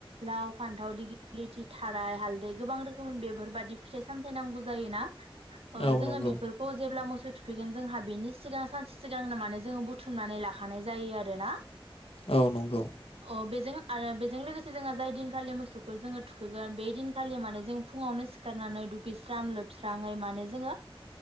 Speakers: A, on the right; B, on the left.
A: लाव-फान्थाव लिगिलिथि थाराय हालदै गोबां रोखोमनि बेफोरबादि फिथाइ सामथाय नांगौ जायोना ओ
B: औ
A: जोङो
B: नंगौ
A: बेफोरखौ जेब्ला मोस सौ थुखैगोन जोंहा बेनि सिगां सानसे सिगांनो माने जोङो बुथुमनानै लाखानाय जायो आरोना।
B: औ नंगौ।
A: औ बेजों आरो बेजों लोगोसे जोंहा जाय दिनखालि मोसौखौ जोङो थुखैगोन बे दिनखालि माने जों फुङावनो सिखारनानै दुगैस्रां लोबस्राङै माने जोङो